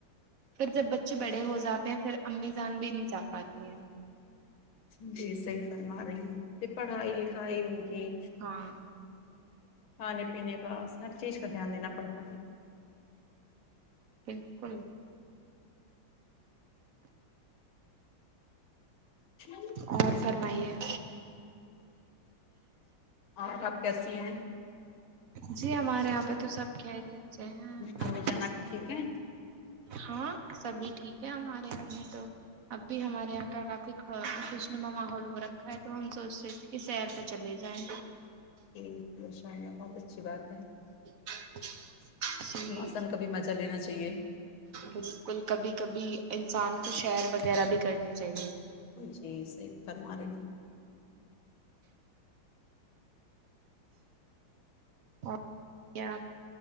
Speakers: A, on the right; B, on the left.
A: پھر جب بچے بڑے ہو جاتے ہیں پھر امی جان بھی نہیں جا پاتی ہیں
B: جی صحی فرما رہی ہوں کہ پڑھائی لکھائی ہو گی
A: ہاں
B: کھانے پینے کا ہر چیز کا دھیان دینا پڑتا ہے
A: بالکل
B: ہے
A: اور فرمائیے
B: اور آپ کیسی ہیں
A: جی ہمارے یہاں پہ تو سب کھیریت اچھے ہیں
B: امی جان
A: بس
B: آپ کی ٹھیک ہیں
A: ہاں سبھی ٹھیک ہے ہمارے گھر میں تو اب بھی ہمارے یہاں کا کافی خوش نما ماحول ہو رکھا ہے تو ہم سوچتے تھ پھر سیر پر چلے جائیں
B: جی ماشاء اللہ بہت اچھی بات ہے
A: <inaudible> جی
B: موسم کا بھی مجاہ لینا چاہیے
A: بالکل کبھی کبھی انسان کو شیر وغیرہ بھی کرنی چاہیے
B: جی صحیح فرما رہی ہوں
A: اور کیا آپ